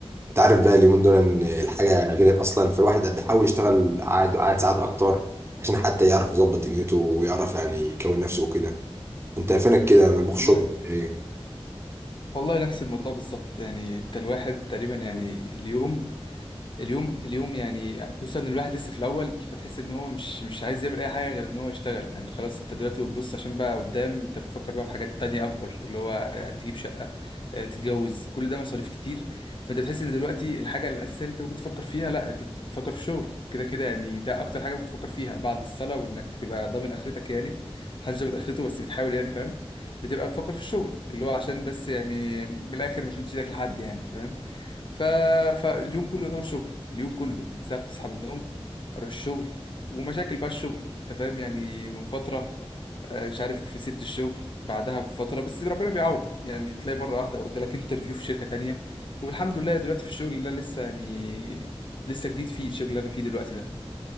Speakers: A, on the right; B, on the left.
A: أنت عارف بقى اليومين دول إن الحاجة غير أصلا فالواحد بيحاول يشتغل قاعد قاعد ساعات أكتر عشان حتى يعرف يظبط دنيته ويعرف يعني يكون نفسه وكده انت فينك كده من بوخ الشغل
B: والله
A: ايه
B: والله نفس الموضوع بالظبط يعني انت الواحد تقريبا يعني اليوم اليوم اليوم يعني خصوصا ان الواحد لسه في الاول فتحس ان هو مش مش عايز يعمل اي حاجه غير ان هو يشتغل يعني خلاص انت دلوقتي بتبص عشان بقى قدام انت بتفكر بقى في حاجات تانية اكبر اللي هو تجيب شقه آه، تتجوز كل ده مصاريف كتير فانت بتحس ان دلوقتي الحاجه الاساسيه اللي انت ممكن تفكر فيها لا انت بت- بتفكر في الشغل كده كده يعني ده اكتر حاجه ممكن تفكر فيها بعد الصلاه وانك تبقى ضامن اخرتك يعني محدش ضامن اخرته بس بتحاول يعني فاهم بتبقى تفكر في الشغل اللي هو عشان بس يعني من الاخر مش مديش ايدك لحد يعني فاهم ف... فاليوم كله يعتبر شغل اليوم كله من ساعة ما تصحى من النوم اروح الشغل ومشاكل بقى الشغل انت فاهم يعني من فترة آه، مش عارف سبت الشغل بعدها بفترة بس ربنا بيعوض يعني تلاقي مرة واحدة جالك انترفيو في شركة تانية والحمد لله دلوقتي في الشغل اللي أنا لسه يعني لسه جديد فيه الشغل اللي انا فيه دلوقتي ده